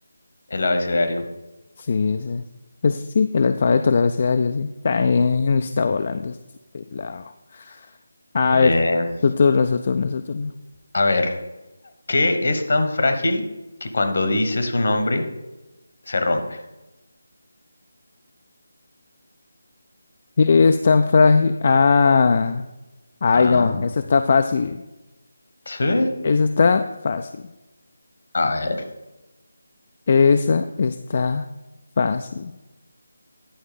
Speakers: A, on the left; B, on the left.
A: El abecedario.
B: Sí, ese es. Pues sí, el alfabeto, el abecedario, sí. También está volando este pelado. A
A: Bien.
B: ver, su turno, su turno, su turno.
A: A ver, ¿qué es tan frágil que cuando dices su nombre se rompe?
B: ¿Qué es tan frágil? Ah. Ay,
A: Ah,
B: no, esa está fácil.
A: sí.
B: Esa está fácil.
A: A ver,
B: Esa está fácil.